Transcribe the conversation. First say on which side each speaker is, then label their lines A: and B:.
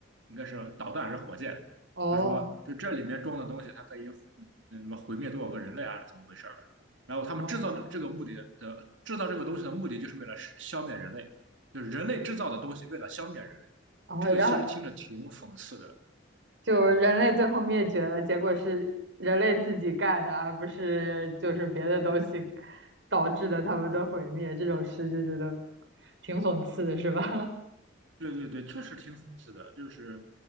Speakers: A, on the right; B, on the right.
A: 应该是导弹还是火箭，
B: 哦
A: 他说就这里面装的东西，它可以嗯什么毁灭多少个人类啊，怎么回事儿？然后他们制造这个目的的制造这个东西的目的，
B: 哦
A: 就是为了消灭人类，就是人类制造的东西为了消灭人类。
B: 哦，
A: 这个其实听着挺讽刺的。
B: 然后就人类最后灭绝了，结果是人类自己干的，而不是就是别的东西导致的他们的毁灭，这种事就觉得挺讽刺的，是吧？
A: 对对对，确实挺讽刺的，就是，